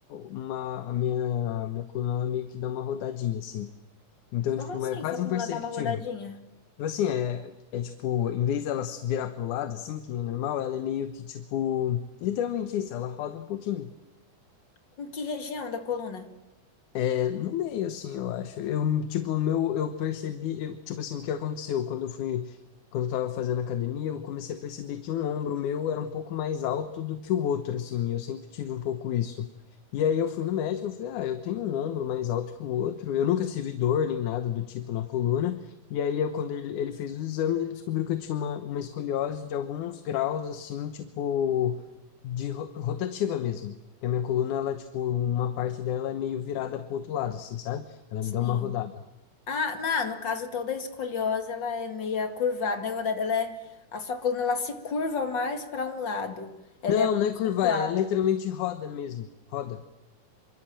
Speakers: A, on the left; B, on the left.
A: uma, a minha, minha coluna, ela meio que dá uma rodadinha, assim. Então,
B: Como
A: tipo,
B: assim,
A: é quase
B: só como
A: imperceptível.
B: ela dá uma rodadinha?
A: Tipo assim, é, é tipo, em vez dela virar pro lado, assim, que nem o normal, ela é meio que, tipo, literalmente isso, ela roda um pouquinho.
B: Com que região da coluna?
A: É, no meio, assim, eu acho. Eu, tipo, o meu, eu percebi, eu, tipo assim, o que aconteceu quando eu fui, quando eu tava fazendo academia, eu comecei a perceber que um ombro meu era um pouco mais alto do que o outro, assim, e eu sempre tive um pouco isso. E aí eu fui no médico, eu falei, ah, eu tenho um ombro mais alto que o outro, eu nunca tive dor nem nada do tipo na coluna, e aí eu, quando ele, ele fez os exames, ele descobriu que eu tinha uma, uma escoliose de alguns graus, assim, tipo, de ro- rotativa mesmo. Porque a minha coluna, ela, tipo, uma parte dela é meio virada pro outro lado, assim, sabe? Ela
B: Sim.
A: me dá uma rodada.
B: Ah, não, no caso toda a escoliose, ela é meia curvada, né? na verdade, ela é, a sua coluna ela se curva mais para um lado. Ela
A: Não,
B: é mais
A: não é
B: acentuada.
A: curvar, ela literalmente roda mesmo. Roda.